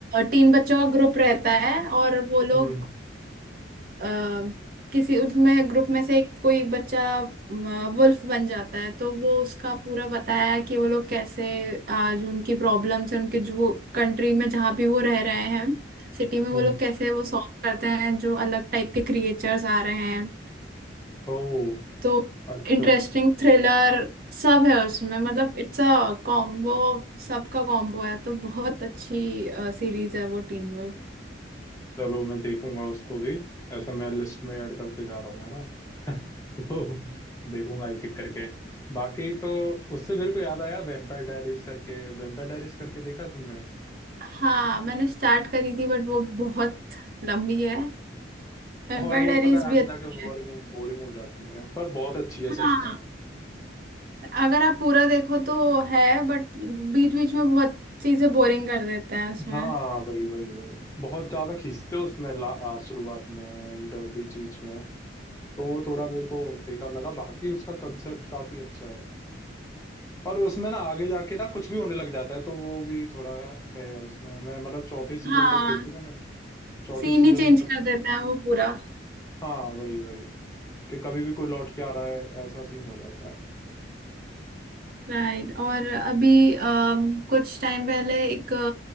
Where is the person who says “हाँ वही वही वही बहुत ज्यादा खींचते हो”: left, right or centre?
Left